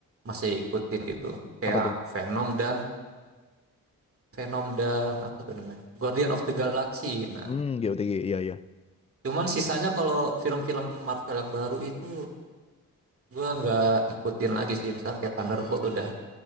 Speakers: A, on the right (about 40°); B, on the left (about 20°).
A: masih ikutin gitu kayak
B: apa tuh
A: Venom dan Venom dan apa tuh namanya Guardian of the Galaxy nah
B: hmm GOTG iya iya
A: cuman sisanya kalau film-film Marvel yang baru itu gue nggak ngikutin lagi sih misalnya kayak Thunderbolt udah